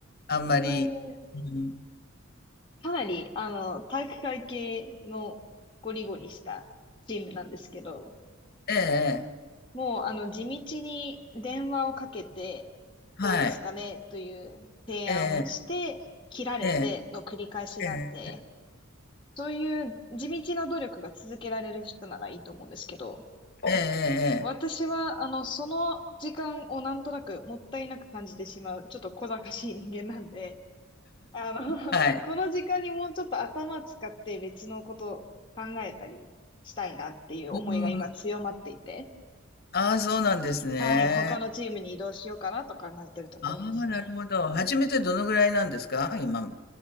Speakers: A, on the left (about 50°); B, on the left (about 25°).
A: あんまり、
B: うん
A: うん、
B: かなり、あの、体育会系のゴリゴリしたチームなんですけど、
A: ええ、ええ
B: もう、あの、地道に電話をかけて、
A: はい、
B: どうですかねという提案をして、
A: ええ、
B: 切られての繰り返しなんで、
A: ええ、ええ、
B: そういう地道な努力が続けられる人ならいいと思うんですけど、
A: ええ、
B: 私は、
A: ええ
B: あの、その時間をなんとなくもったいなく感じてしまう、ちょっと小賢しい人間なんで、あの、<laughs>
A: はい。
B: この時間にもうちょっと頭使って別のこと考えたりしたいなっていう思いが今強まっていて、
A: うん、ああ、そうなんですね。
B: はい、他のチームに移動しようかなと考えてるところですね。
A: ああ、なるほど。初めてどのぐらいなんですか今。